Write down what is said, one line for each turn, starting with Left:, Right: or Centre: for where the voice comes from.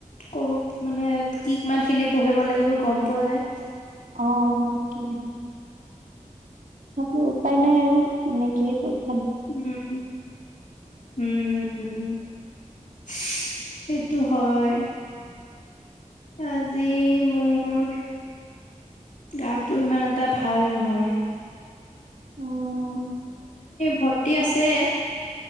Left: ক'ব মানে কি কিমান খিনি পঢ়িব লাগিব গম পোৱা যায়
Right: অ', তাকেহে তথাপিও উপায় নাই আৰু এনেকেই পঢ়ি
Left: উম, উম উম উম, সেইটো হয় আজি মোৰ গাটো ইমান এটা ভাল নহয়
Right: উম
Left: ভৰ্তি আছে